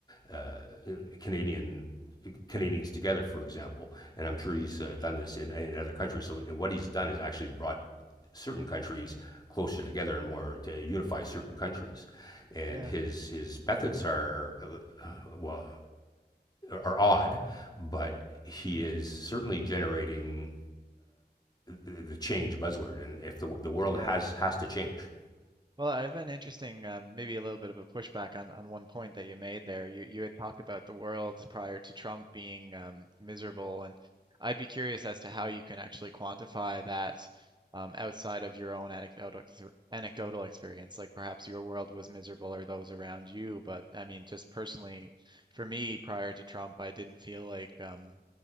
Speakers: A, on the left; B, on the right.
A: uh, Canadian Canadians together, for example. And I'm sure he's uh,
B: mm.
A: done this in, in other countries. So, and what he's done is actually brought certain countries closer together and more to unify certain countries. And
B: Yeah.
A: his his methods are uh, well are odd, but he is certainly generating the change buzzword. And if the the world
B: Yeah.
A: has has to change,
B: Well, I have an interesting, um, maybe a little bit of a pushback on, on one point that you made there. You you had talked about the world prior to Trump being um, miserable, and I'd be curious as to how you can actually quantify that um, outside of your own anecdotal ex- anecdotal experience. Like perhaps your world was miserable or those around you, but I mean, just personally, for me, prior to Trump, I didn't feel like um,